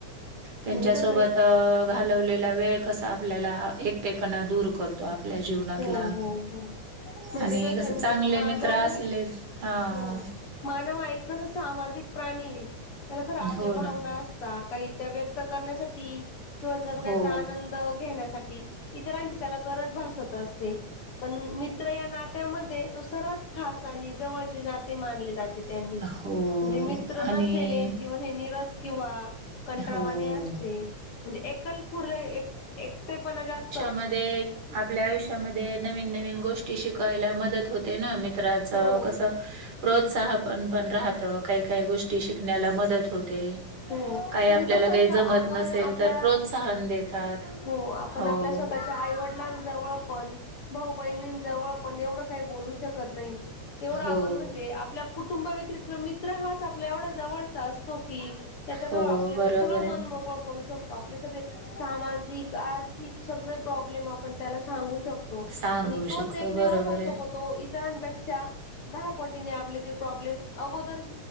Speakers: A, on the left (about 50°); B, on the right (about 50°).
A: म्हणजे
B: त्यांच्या
A: कसं
B: सोबत
A: आहे
B: घालवलेला वेळ कसा आपल्याला एक. तेपणा दूर करतो आपल्या जीवनातला.
A: हो हो हो म्हणजे
B: आणि
A: कसं
B: कस
A: आहे म्हणजे
B: चांगले
A: मानव
B: मित्र असले हा.
A: हो मानव आहेक तस सामाजिक प्राणी आहे त्याला खर आपल्या
B: हो
A: भावना
B: ना.
A: अस. काही त्या व्यक्त करण्यासाठी किंवा जगण्याचा
B: हो,
A: आनंद घेण्यासाठी. इतरांची त्याला गरज भासत असते पण मित्र या ना त्यामध्ये तो सर्वात खास आणि जवळचे नाते मानले जाते. त्यांनी
B: हो
A: म्हणजे मित्र नसलेले
B: आणि
A: जीवन हे निरस किंवा कंटरावानी
B: हो.
A: असते म्हणजे एकल खुर एकटेपणा जास्
B: म आपल्या आयुष्यामध्ये नवीन नवीन गोष्टी शिकायला मदत होते ना म चत्राच
A: हो
B: कसं. प्रोत्साह पण पण राहत काही काही गोष्टी शिकण्याला मदत होते.
A: हो
B: काही आपल्याला
A: आणि कसं
B: काही
A: असत आपण
B: जमत नसेल
A: आपल्या.
B: तर प्रोत्साहन देतात.
A: हो आपण
B: हो.
A: आपल्या स्वतःच्या आईवडिलां जवळ. पण भाऊ बहिणी जवळ पण एवढं काही बोलू शकत नाही. तेवढा
B: हो,
A: आपण म्हणजे आपल्या कुटुंबव्यतिरिक्त मित्र हाच आपला एवढा जवळचा असतो की त्याच्याजवळ
B: हो.
A: आपले
B: बरोबर
A: सगळं
B: आहे.
A: मन मोकळं करू शकतो. आपले सगळे सामाजिक आर्थिक सगळे प्रॉब्लेम आपण त्याला सांगू शकतो.
B: सांगू
A: आणि तोच
B: शकतो
A: एकमेवच
B: बरोबर
A: असतो.
B: आहे.
A: तो इतरांपेक्षा दहा पटीने आपले ते प्रॉब्लेम अगोदरच